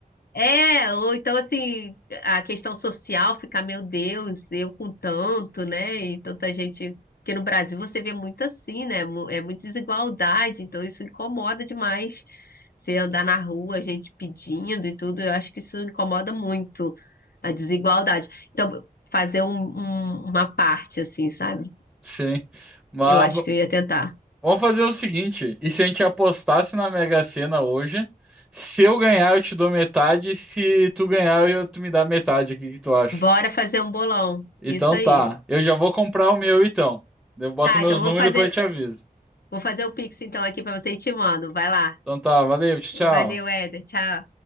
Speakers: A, on the left; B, in the centre.
A: É, ou então assim, a questão social ficar, meu Deus, eu com tanto, né? E tanta gente. Porque no Brasil você vê muito assim, né? Mu- É muita desigualdade, então isso incomoda demais. Você andar na rua, gente pedindo e tudo, eu acho que isso incomoda muito a desigualdade. Então, fazer um- um- uma parte assim, sabe?
B: sim. Mas
A: Eu acho
B: v-
A: que eu ia tentar.
B: vamos fazer o seguinte, e se a gente apostasse na Mega Sena hoje, se eu ganhar, eu te dou metade, se tu ganhar, eu, tu me dá metade, o que que tu acha?
A: Bora fazer um bolão.
B: Então
A: Isso aí.
B: tá. Eu já vou comprar o meu então. Eu boto
A: Tá,
B: meus
A: então eu
B: números
A: vou fazer.
B: e depois eu te aviso.
A: Vou fazer o Pix então aqui pra você e te mando. Vai lá.
B: Então tá, valeu, tchau.
A: Valeu,
B: tchau.
A: Éder. Tchau.